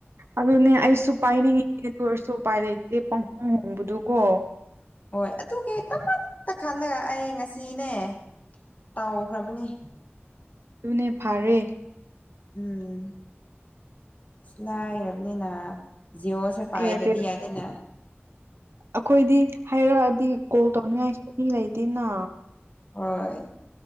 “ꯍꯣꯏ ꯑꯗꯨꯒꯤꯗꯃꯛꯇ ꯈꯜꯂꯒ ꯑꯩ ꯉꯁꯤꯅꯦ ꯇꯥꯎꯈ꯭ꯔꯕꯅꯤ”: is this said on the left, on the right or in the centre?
Left